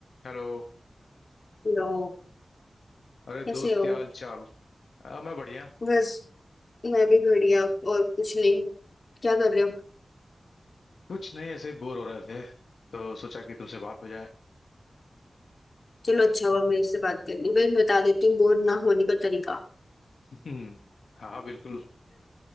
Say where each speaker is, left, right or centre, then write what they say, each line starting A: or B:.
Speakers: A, on the left (about 85°); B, on the left (about 55°).
A: Hello
B: Hello
A: अरे
B: कैसे
A: दोस्त
B: हो
A: क्या हाल चाल आ, मैं बढ़िया
B: बस मैं भी बढ़िया और कुछ नहीं क्या कर रहे हो
A: कुछ नहीं ऐसे ही बोर हो रहे थे तो सोचा कि तुमसे बात हो जाए
B: चलो अच्छा हुआ मेरे से बात करनी भाई बता देती हूँ बोर ना होने का तरीका
A: हम्म, हाँ बिल्कुल